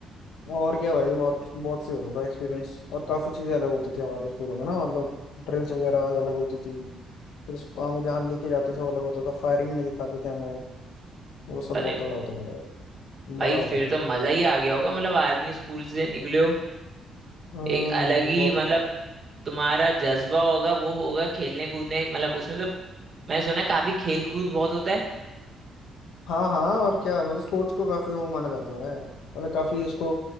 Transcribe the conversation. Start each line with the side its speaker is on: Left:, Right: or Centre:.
Left: और क्या भाई बहुत बहुत से होता था एक्सपीरियंस और काफ़ी चीज़ें अलग होती थी हमारे स्कूलों में ना मतलब ड्रिल्स वगैरह अलग होती थी फिर इस- हमें जहाँ लेके जाते थे वो अलग होता था फायरिंग में दिखाते थे हमें वो सब
Right: अरे
Left: बहुत तगड़ा होता था यार
Right: भाई
Left: मज़ा
Right: फिर
Left: आता था
Right: तो
Left: यार।
Right: मजा ही आ गया होगा मतलब आर्मी स्कूल से निकले हो
Left: हम्म
Right: एक अलग ही
Left: बहुत
Right: मतलब तुम्हारा जज्बा होगा वो होगा खेलने कूदने मतलब उसमें तो मैं सुना है काफी खेल कूद बहुत होता है
Left: हाँ हाँ और क्या मतलब स्पोर्ट्स को काफी वो माना जाता है मतलब काफी उसको